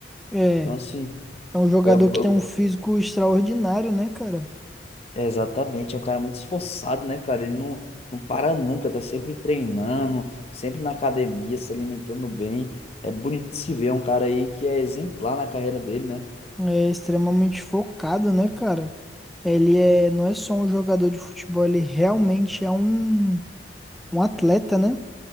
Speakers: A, in the centre; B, on the left.
A: É,
B: Então, assim.
A: é um jogador
B: É, eu-
A: que tem um físico extraordinário, né, cara?
B: é exatamente, é um cara muito esforçado, né, cara? Ele não, não para nunca, tá sempre treinando, sempre na academia, se alimentando bem. É bonito de se ver, é um cara aí que é exemplar na carreira dele, né?
A: É extremamente focado, né, cara? Ele é, não é só um jogador de futebol, ele realmente é um, um atleta, né?